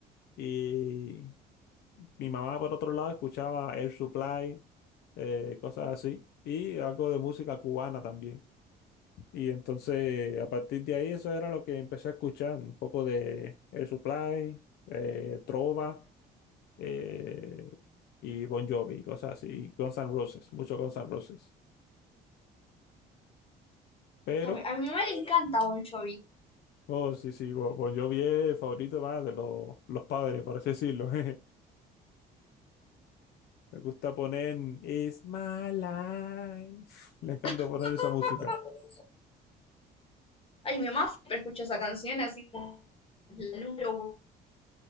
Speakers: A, on the left (about 75°); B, on the left (about 35°).
A: y mi mamá por otro lado escuchaba Air Supply, eh, cosas así, y algo de música cubana también. Y entonces a partir de ahí eso era lo que empecé a escuchar, un poco de Air Supply, eh, trova eh, y Bon Jovi, cosas así, y Guns N' Roses, mucho Guns N' Roses. Pero,
B: A mi, a mi mamá le encanta Bon Jovi.
A: oh, sí, sí, Bo- Bon Jovi es el favorito más de los, los padres, por así decirlo. <laughs> jeje. Me gusta poner It's My Life. <laughs> Le encanta
B: <laughs>
A: poner esa música.
B: Ay, mi mamá siempre escucha esa canción así como la número uno.